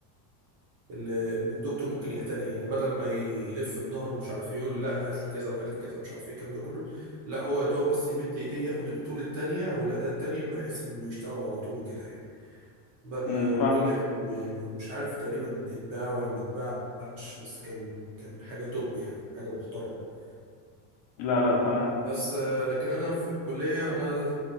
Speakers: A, on the right (about 35°); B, on the left (about 55°).
A: اللي اللي الدكتور ممكن يحتاجها يعني بدل ما يلف بظهره مش عارف ايه يقول لا هات لي كذا وهات لي كذا ومش عارف ايه الكلام ده كله لا هو يا دوبك بس يمد ايديه ياخد الطول التانية او الاداة التانية بحيث انه يشتغل على طول وكده يعني ب-
B: مم، فاهم
A: ونجح ويعني مش عارف تقريبا اتباع ولا ما اتباعش بس كان كان حاجة توب يعني حاجة محترمة
B: لا لا تمام
A: بس آه، لكن انا في الكلية انا